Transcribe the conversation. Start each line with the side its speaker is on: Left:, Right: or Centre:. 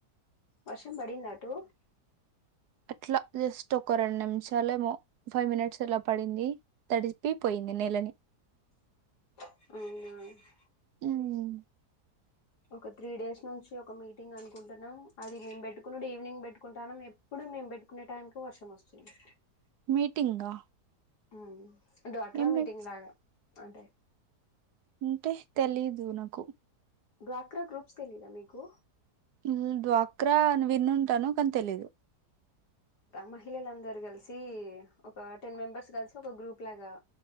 Left: వర్షం పడింద అటు
Right: అట్లా జస్ట్ ఒక రెండు నిమిషాలేమో ఫైవ్ మినిట్స్ అలా పడింది తడిపి పోయింది నేలని
Left: అవునా
Right: ఉమ్
Left: ఒక త్రీ డేస్ నుంచి ఒక మీటింగ్ అనుకుంటున్నాం అది మేము పెట్టుకున్నడు ఈవినింగ్ పెట్టుకుంటన్నాం ఎప్ ఎప్పుడు మేము పెట్టుకునే టైంకి వర్షం వస్తుంది
Right: మీటింగా
Left: అవును డ్వాక్రా
Right: ఏం
Left: మీటింగ్
Right: మీట్-
Left: లాగా అంటే
Right: అంటే తెలీదు నాకు
Left: డ్వాక్రా గ్రూప్స్ తెలీదా మీకు
Right: ఈ డ్వాక్రా అని విన్నుంటాను కానీ తెలిదు
Left: మహిళలందరు కలిసి ఒక టెన్ మెంబెర్స్ కలిసి ఒక గ్రూప్ లాగా